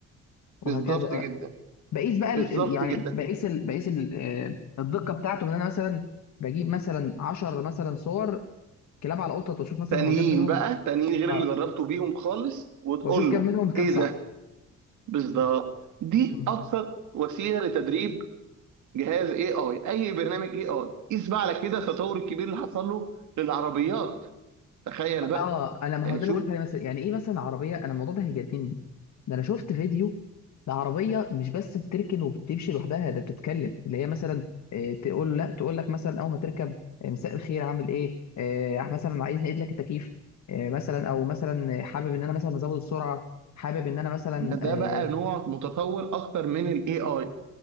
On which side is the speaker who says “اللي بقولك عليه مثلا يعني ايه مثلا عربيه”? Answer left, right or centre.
Left